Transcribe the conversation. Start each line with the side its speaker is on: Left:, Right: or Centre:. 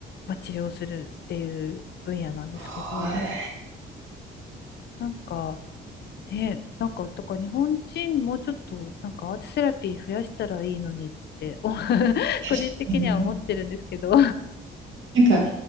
Left: まあ、治療するっていう分野なんですけど、
Right: はい。
Left: なんか、ね、なんか、とか日本人もうちょっと、なんかアートセラピー増やしたらいいのにって、お <laughs>
Right: 確かに。
Left: 個人的には思ってるんですけど
Right: なんか、